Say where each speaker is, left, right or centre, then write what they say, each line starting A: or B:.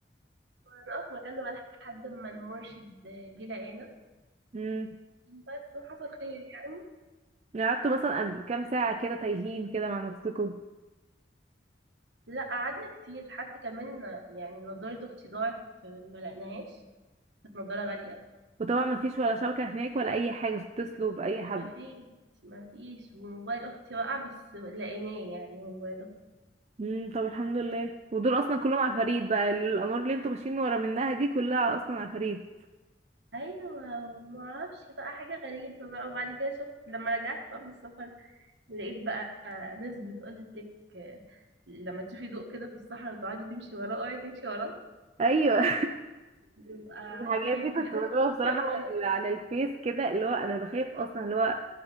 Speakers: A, on the right; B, on the right.
A: هنقف مكاننا بقى لحد ما المرشد جه لقانا
B: مم.
A: بس وحصل خير يعني
B: يعني قعدتوا مثلا قد- كام ساعة كده تايهين كده مع نفسكم
A: لا قعدنا كتير حتى كمان يعني نضارة اختي ضاعت ما لقناهاش كانت نضارة غالية
B: وطبعا ما فيش ولا شبكة هناك ولا أي حاجة تتصلوا بأي حد
A: ما فيش ما فيش وموبايل اختي وقع بس لقيناه يعني موبايل اختي
B: مم. طب الحمد لله ودول أصلا كلهم عفاريت بقى الأمور اللي انتوا ماشيين ورا منها دي كلها أصلا عفاريت
A: ايوه وما اعرفش بقى حاجه غريبه بقى وبعد كده شفت لما رجعت بقى من السفر لقيت بقى ناس بتقول لك لما تشوفي ضوء كده في الصحراء وتقعدي تمشي وراه اوعي تمشي وراه
B: أيوه
A: بيبقى عفيف
B: الحاجات دي كنت
A: كده
B: بشوفها بصراحة
A: يا ماما
B: على ال- على الفيس كده اللي هو انا بخاف اصلا اللي هو